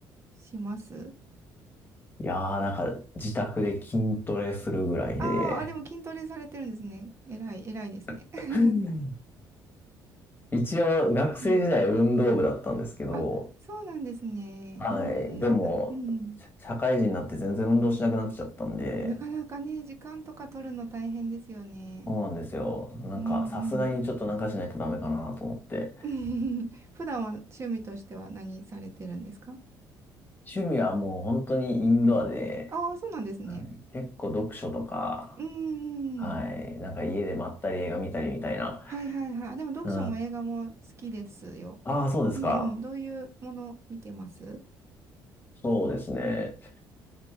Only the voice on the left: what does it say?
いやー、なんか自宅で筋トレするぐらいで。
<laughs>
一応学生時代運動部だったんですけど、
はい。
でも、
社社会人になって全然運動しなくなっちゃったんで、
そうなんですよ。なんかさすがにちょっとなんかしないとダメかなと思って。
趣味はもう本当にインドアで、
はい、結構読書とか、
はい。なんか家でまったり映画見たりみたいな。
うああ、そうですか。
そうですね。